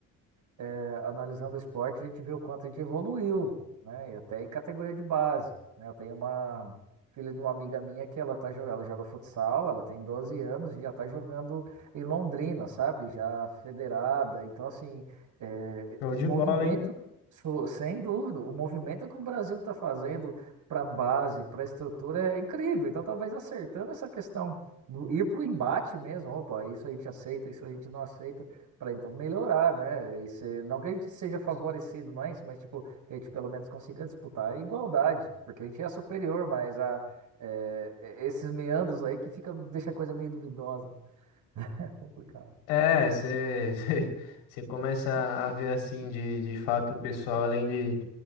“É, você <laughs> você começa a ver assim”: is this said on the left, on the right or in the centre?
Left